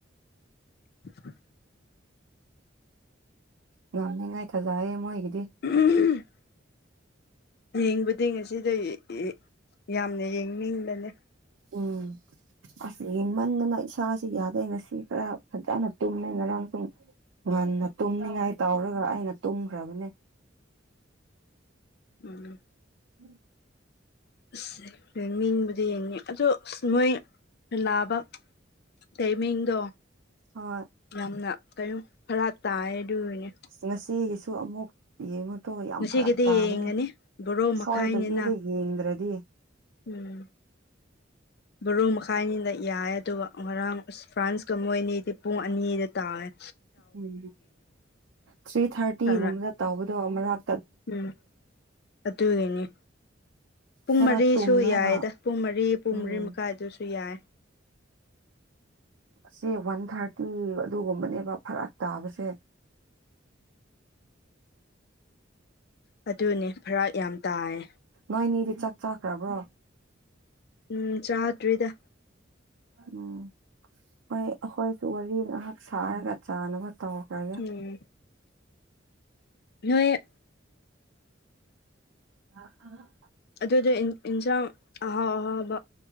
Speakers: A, on the left; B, on the right.
A: <unintelligible>
B: ꯉꯝꯅꯤꯉꯥꯏ ꯊꯖꯩꯌꯦ ꯃꯣꯏꯒꯤꯗꯤ
A: ꯎꯝ <unintelligible> ꯌꯦꯡꯕꯗꯤ ꯉꯁꯤꯗꯩ ꯌꯥꯝꯅ ꯌꯦꯡꯅꯤꯡꯕꯅꯦ
B: ꯎꯝ ꯑꯁ ꯌꯦꯡꯃꯟꯗꯅ ꯏꯁꯥꯁꯤ ꯌꯥꯗꯦ ꯉꯁꯤ ꯈꯔ ꯐꯖꯅ ꯇꯨꯝꯃꯦ ꯉꯔꯥꯡ ꯁꯨꯡ ꯉꯟꯅ ꯇꯨꯝꯅꯤꯡꯉꯥꯏ ꯇꯧꯔꯒ ꯑꯩꯅ ꯇꯨꯝꯈ꯭ꯔꯕꯅꯦ
A: ꯎꯝ
B: ꯎꯝ <unintelligible>
A: ꯑꯁ ꯌꯦꯡꯅꯤꯡꯕꯗꯤ ꯌꯦꯡꯅꯤ ꯑꯗꯣ ꯅꯣꯏ ꯂꯥꯕ ꯇꯥꯏꯃꯤꯡꯗꯣ
B: ꯍꯣꯏ
A: ꯌꯥꯝꯅ ꯀꯩꯅꯣ ꯈꯔ ꯇꯥꯏ ꯑꯗꯨꯒꯤꯅꯦ
B: ꯉꯁꯤꯒꯤꯁꯨ ꯑꯃꯨꯛ ꯌꯦꯡꯉꯣꯇꯣ ꯌꯥꯝ
A: ꯉꯁꯤꯒꯤꯗꯤ
B: ꯐꯔꯛ ꯇꯥꯕꯅꯦ
A: ꯌꯦꯡꯒꯅꯤ ꯕꯣꯔꯣ ꯃꯈꯥꯏꯅꯤꯅ
B: ꯁ꯭ꯌꯥꯏꯗꯕꯤꯔꯤ ꯌꯦꯡꯗ꯭ꯔꯗꯤ
A: ꯎꯝ ꯕꯥꯔꯣ ꯃꯈꯥꯏ ꯑꯅꯤꯗ ꯌꯥꯏ ꯑꯗꯨꯒ ꯉꯔꯥꯡ ꯑꯁ ꯐ꯭ꯔꯥꯟꯁꯀ ꯃꯣꯏ ꯑꯅꯤꯗꯤ ꯄꯨꯡ ꯑꯅꯤꯗ ꯇꯥꯏꯌꯦ
B: ꯎꯝ ꯊ꯭ꯔꯤ ꯊꯥꯔꯇꯤꯒꯨꯝꯕꯗ
A: ꯈꯔ
B: ꯇꯧꯕꯗꯣ ꯃꯔꯥꯛ
A: ꯎꯝ ꯑꯗꯨꯒꯤꯅꯤ ꯄꯨꯡ
B: ꯈꯔ
A: ꯃꯔꯤꯁꯨ
B: ꯇꯨꯝꯔꯒ
A: ꯌꯥꯏꯗ ꯄꯨꯡ ꯃꯔꯤ ꯄꯨꯡ
B: ꯎꯝ
A: ꯃꯔꯤ ꯃꯈꯥꯏ ꯑꯗꯨꯁꯨ ꯌꯥꯏ
B: ꯑꯁꯤ ꯋꯥꯟ ꯊꯥꯔꯇꯤ ꯑꯗꯨꯒꯨꯝꯕꯅꯦꯕ ꯐꯔꯛ ꯇꯥꯕꯁꯦ
A: ꯑꯗꯨꯅꯦ ꯐꯔꯥꯛ ꯌꯥꯝ ꯇꯥꯏꯌꯦ
B: ꯅꯣꯏꯅꯦꯗꯤ ꯆꯥꯛ ꯆꯥꯈ꯭ꯔꯕ꯭ꯔꯣ
A: ꯎꯝ ꯆꯥꯗꯔꯤꯗ
B: ꯎꯝ ꯍꯣꯏ ꯑꯩꯈꯣꯏꯁꯨ ꯋꯥꯔꯤ ꯉꯥꯏꯍꯥꯛ ꯁꯥꯔꯒ ꯆꯥꯅꯕ ꯇꯧꯈ꯭ꯔꯒꯦ
A: ꯎꯝ ꯅꯣꯏ
B: ꯑ ꯑꯥ
A: ꯑꯗꯨꯗꯣ ꯏꯟꯁꯥꯡ ꯑꯍꯥꯎ ꯑꯍꯥꯎꯕ